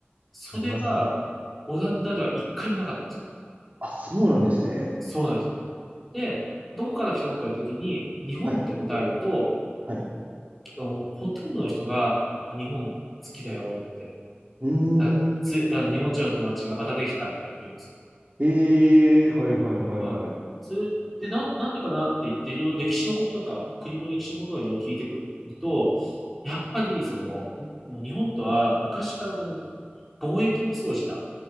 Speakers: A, in the centre; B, on the right.
A: それが
B: あります。
A: オランダでは一回もなかったんですよ。
B: あ、そうなんですね。
A: そうなんですよ。で、どこから来たのって言われた時に、日本って答えると、
B: はい、はい。
A: あのほとんどの人が、あ日本好きだよって、
B: うーん。
A: あつ、あの、日本人の友達がまたできたみたいなこと言うんですよ。
B: ええーはい、はい、はい、
A: はい。
B: はい。
A: それで、なん、なんでかなって言って、いろいろ歴史のこととか、国の歴史のことをいろいろ聞いてくると、やっぱり、その、もう日本とは昔からこの貿易をすごいしてた。